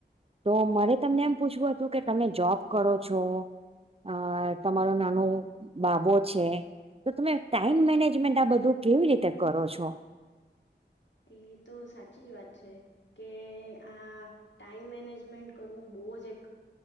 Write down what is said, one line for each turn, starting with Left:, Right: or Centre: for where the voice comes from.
Right: તો મરે તમને એમ પૂછવું હતું કે તમે જોબ કરો છો. અ તમારો નાનો બાબો છે તો તમે ટાઈમ મેનેજમેન્ટ આ બધૂ બધુ કેવી રીતે કરો છો?
Left: એ તો સાચી જ વાત છે કે આ ટાઈમ મેનેજમેન્ટ કરવું બો જ એક